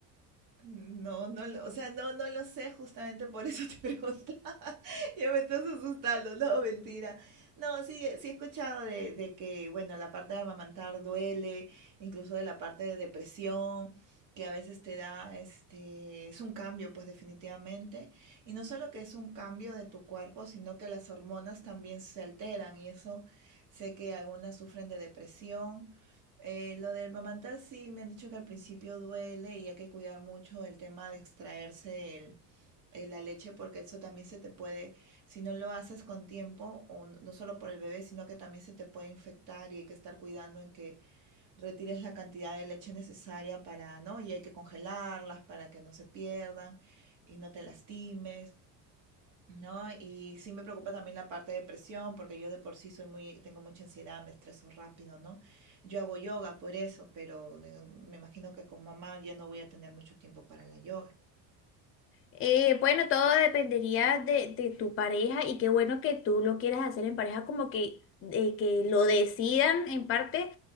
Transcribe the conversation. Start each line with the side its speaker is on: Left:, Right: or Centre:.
Right: No, no lo, o sea, no, no lo sé, justamente por eso te <laughs> preguntaba. Ya me estás asustando, no, mentira. No, sí, sí he escuchado de, de que, bueno, la parte de amamantar duele, incluso de la parte de depresión, que a veces te da, este, es un cambio, pues definitivamente. Y no solo que es un cambio de tu cuerpo, sino que las hormonas también se alteran y eso sé que algunas sufren de depresión. Eh, lo del mamantar sí me han dicho que al principio duele y hay que cuidar mucho el tema de extraerse el, eh, la leche porque eso también se te puede, si no lo haces con tiempo, o n- no solo por el bebé, sino que también se te puede infectar y hay que estar cuidando en que retires la cantidad de leche necesaria para, ¿no? Y hay que congelarlas para que no se pierdan y no te lastimes. ¿no? Y sí me preocupa también la parte de depresión, porque yo de por sí soy muy, tengo mucha ansiedad, me estreso rápido, ¿no? Yo hago yoga por eso, pero de- me imagino que con mamá ya no voy a tener mucho tiempo para la yoga.
Left: Eh, bueno, todo dependería de, de tu pareja y qué bueno que tú lo quieras hacer en pareja, como que, eh, que lo decidan en parte,